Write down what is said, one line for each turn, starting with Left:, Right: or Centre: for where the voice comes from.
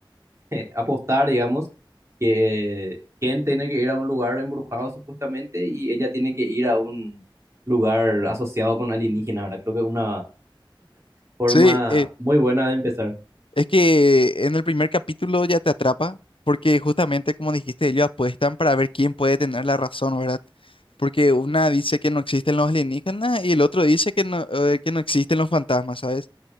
Right: <laughs> apostar, digamos, que Ken tiene que ir a un lugar embrujado supuestamente y ella tiene que ir a un lugar asociado con alienígenas, ¿verdad? Creo que es una forma
Left: Sí, eh,
Right: muy buena de empezar.
Left: es que en el primer capítulo ya te atrapa, porque justamente como dijiste, ellos apuestan para ver quién puede tener la razón, ¿verdad? Porque una dice que no existen los alienígenas y el otro dice que no, eh, que no existen los fantasmas, ¿sabes?